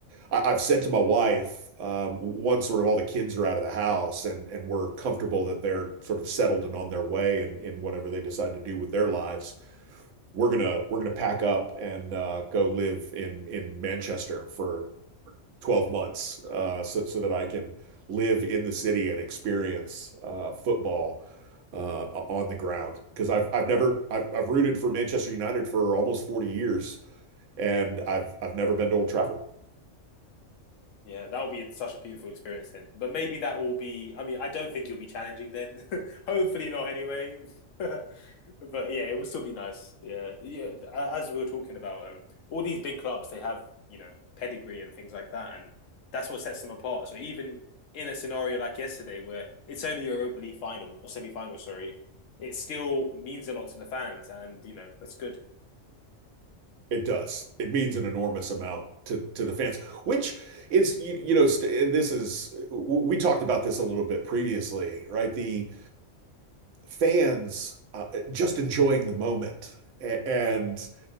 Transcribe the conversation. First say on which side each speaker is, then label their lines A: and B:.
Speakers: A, on the right; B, on the left.
A: I've said to my wife, um, once sort of all the kids are out of the house and and we're comfortable that they're sort of settled and on their way and in whatever they decide to do with their lives, we're gonna we're gonna pack up and uh, go live in in Manchester for 12 months uh, so, so that I can live in the city and experience uh, football uh, on the ground. Because I've, I've never, I've, I've rooted for Manchester United for almost 40 years and I've, I've never been to Old Trafford.
B: Yeah, that would be such a beautiful experience then. But maybe that will be. I mean, I don't think you'll be challenging then. <laughs> Hopefully not. Anyway, <laughs> but but yeah, it would still be nice. Yeah, yeah. As we were talking about, um, all these big clubs they have you know pedigree and things like that, and that's what sets them apart. So even in a scenario like yesterday, where it's only Europa League final or semi final, sorry, it still means a lot to the fans, and you know that's good.
A: It does. It means an enormous amount to, to the fans, which is, you, you know, st and this is, we talked about this a little bit previously, right? The fans uh, just enjoying the moment. And